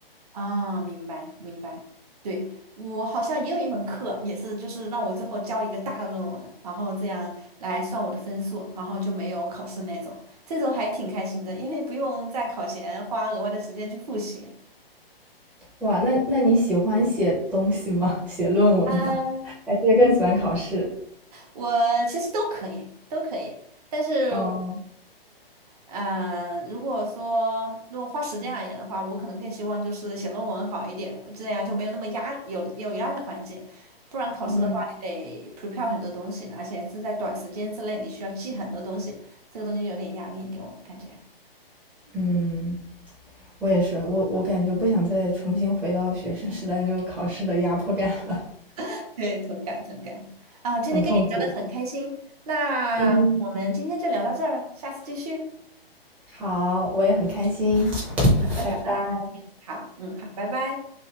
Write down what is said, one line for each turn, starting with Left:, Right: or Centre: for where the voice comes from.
Right: 啊，明白明白。对，我好像也有一门课，也是就是让我最后交一个大的论文，然后这样来算我的分数，然后就没有考试那种，这种还挺开心的，因为不用在考前花额外的时间去复习。
Centre: 哇，那那你喜欢写东西吗？<laughs> 写论文吗？
Right: 嗯，
Centre: 还是更喜欢考试？
Right: 我其实都可以，都可以。但是
Centre: 哦，
Right: 嗯，如果说如果花时间而言的话，我可能更希望就是写论文好一点，这样就没有那么压有有压力的环境。不然考试的话，
Centre: 嗯。
Right: 你得 prepare 很多东西，而且是在短时间之内，你需要记很多东西，这个东西有点压力给我感觉。
Centre: 嗯，我也是，我我感觉不想再重新回到学生时代那种考试的压迫感了，
Right: <laughs> 对，同感同感。啊，今天跟你聊得很开心，
Centre: 很痛苦。
Right: 那我们今天就聊到这儿，
Centre: 嗯，
Right: 下次继续。
Centre: 好，我也很开心，
Right: 嗯，好的好的，
Centre: 拜拜。
Right: 好，嗯好，拜拜。